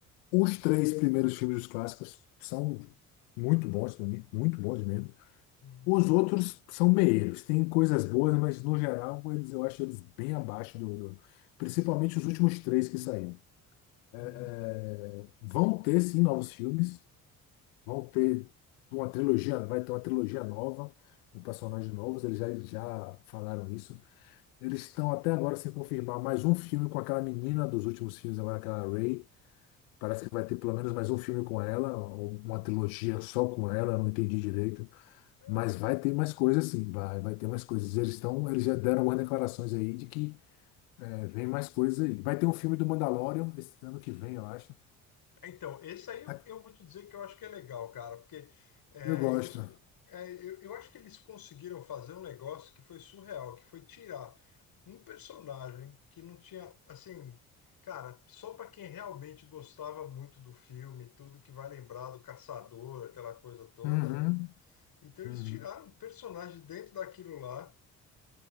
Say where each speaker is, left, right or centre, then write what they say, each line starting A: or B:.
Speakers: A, on the left; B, on the left.
A: Os três primeiros filmes dos clássicos são muito bons, muito bons mesmo.
B: uhum,
A: Os outros são meios, tem coisas boas, mas no geral eles, eu acho eles bem abaixo do, do- principalmente os últimos três que saíram. É,
B: uhum.
A: é, vão ter sim novos filmes, vão ter uma trilogia, vai ter uma trilogia nova com personagens novos, eles já, já falaram isso. Eles estão até agora sem confirmar mais um filme com aquela menina dos últimos filmes, agora aquela Ray. Parece que vai ter pelo menos mais um filme com ela, ou uma trilogia só com ela, eu não entendi direito.
B: É
A: Mas
B: mesmo?
A: vai ter mais coisas sim, vai, vai ter mais coisas. Eles estão, eles já deram algumas declarações aí de que é, vem mais coisas aí. Vai ter um filme do Mandalorian esse ano que vem, eu acho.
B: Então, esse aí eu,
A: Tá-
B: eu vou te dizer que eu acho que é legal, cara, porque é,
A: Eu gosto.
B: eles, con- é, eu, eu acho que eles conseguiram fazer um negócio que foi surreal, que foi tirar um personagem que não tinha, assim, cara, só para quem realmente gostava muito do filme, tudo que vai lembrar do caçador, aquela coisa toda,
A: Uhum,
B: né? Então eles
A: uhum.
B: tiraram um personagem dentro daquilo lá.